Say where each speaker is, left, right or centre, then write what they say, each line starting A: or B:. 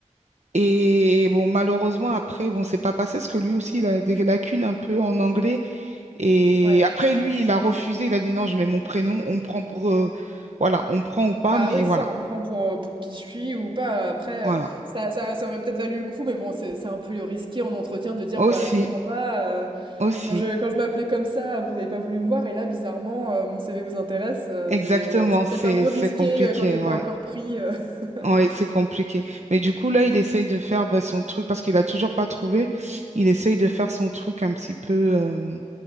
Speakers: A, on the right; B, on the right.
A: Et bon, malheureusement, après, bon, c'est pas passé parce que lui aussi, il a des lacunes un peu en anglais. Et
B: ouais.
A: après, lui, il a refusé. Il a dit non, je mets mon prénom, on prend pour. euh, voilà, on prend ou pas,
B: Bah
A: mais
B: oui,
A: voilà.
B: c'est ça, on me prend pour, euh, pour qui je suis ou pas. Après,
A: Voilà.
B: euh, ça, ça, ça aurait peut-être valu le coup, mais bon, c'est c'est un peu risqué en entretien de dire
A: Aussi,
B: bah je comprends pas. euh,
A: aussi.
B: quand je, quand je m'appelais comme ça, vous n'avez pas voulu me voir, et là, bizarrement, euh, mon CV vous intéresse. euh,
A: Exactement,
B: mais bon, c'est
A: c'est
B: peut-être un peu
A: c'est
B: risqué
A: compliqué,
B: euh, quand t'es
A: ouais.
B: pas encore pris. euh. <laughs>
A: Ouais, c'est compliqué. Mais du coup, là, il essaye de faire bah, son truc parce qu'il a toujours pas trouvé. Il essaye de faire son truc un petit peu euh,